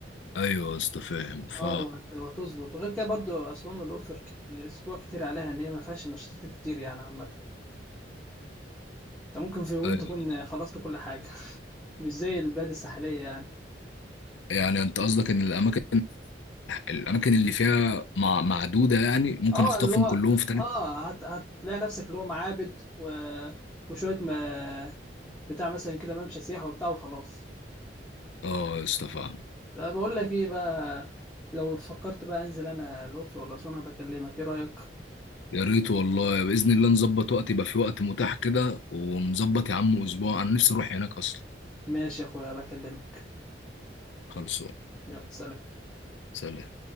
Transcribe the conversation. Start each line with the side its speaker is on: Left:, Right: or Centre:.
Left: ايوه يا اسطى فاهم ف
Centre: اه وهت- وهتظبط وغير كده برضو اسوان والاقصر كت- اسبوع كتير عليها ان هي ما فيهاش نشاطات كتير يعني عامه انت ممكن في يومين
Left: أيوة.
Centre: تكون خلصت كل حاجة <laughs> مش زي البلاد الساحلية يعني
Left: يعني انت قصدك ان الاماكن الاماكن اللي فيها مع... معدوده يعني ممكن
Centre: اه
Left: اخطفهم
Centre: اللي هو
Left: كلهم في
Centre: اه هت... هتلاقي نفسك اللي هو معابد و... وشوية ما بتاع مثلا كده ممشى سياحة وبتاع وخلاص
Left: اه يا اسطى فاهم
Centre: طب بقول لك ايه بقى لو فكرت بقى انزل انا الأقصر ولا أسوان أنا بكلمك ايه رأيك؟
Left: يا ريت والله باذن الله نظبط وقت يبقى في وقت متاح كده ونظبط يا عم اسبوع انا نفسي اروح هناك اصلا
Centre: ماشي يا اخويا بكلمك
Left: خلصوا
Centre: يلا سلام
Left: سلام